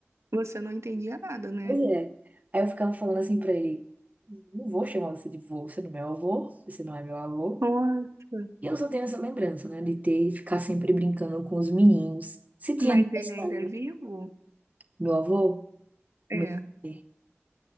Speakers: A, on the right; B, on the right.
A: Você não entendia nada, né?
B: Pois é. Aí eu ficava falando assim pra ele, não vou chamar você de vô, você não é meu avô, você não é meu avô.
A: Nossa.
B: E eu só tenho essa lembrança, né, de ter, ficar sempre brincando com os meninos. Se tinha
A: Mas
B: aniversário,
A: ele ainda é vivo?
B: meu avô,
A: É.
B: Meu, é.